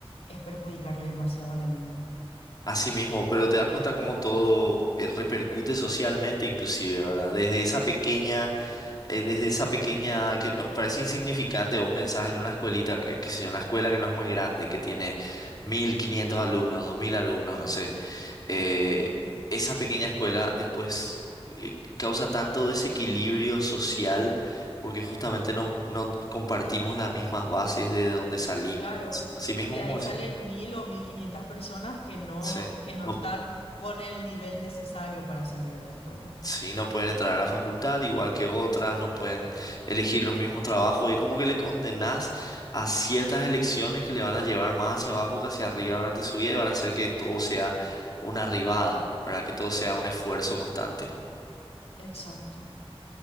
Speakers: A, on the left; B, on the left.
A: es perjudicarle demasiado al alumno.
B: Así mismo, pero te das cuenta cómo todo eh, repercute socialmente inclusive, ¿verdad? Desde esa pequeña eh, desde esa pequeña, que no- parece insignificante, vos pensás en una escuelita, eh, qué sé yo, una escuela que no es muy grande, que tiene 1.500 alumnos, 2.000 alumnos, no sé. eh,
A: Ujú.
B: esa pequeña escuela después eh, causa tanto desequilibrio social porque justamente no, no compartimos las mismas bases de donde salimos.
A: Claro,
B: Así mismo
A: porque
B: como
A: de ahí
B: decís.
A: salen mil o mil quinientas personas que no,
B: Sí.
A: que no
B: no
A: están con el nivel necesario para salir de la escuela.
B: Sí, no pueden entrar a la facultad igual que otras, no pueden elegir los mismos trabajos y como que le condenás a ciertas elecciones que le van a llevar más hacia abajo que hacia arriba durante su vida y van a hacer que todo sea una arribada, ¿verdad? Que todo sea un esfuerzo constante.
A: Exacto.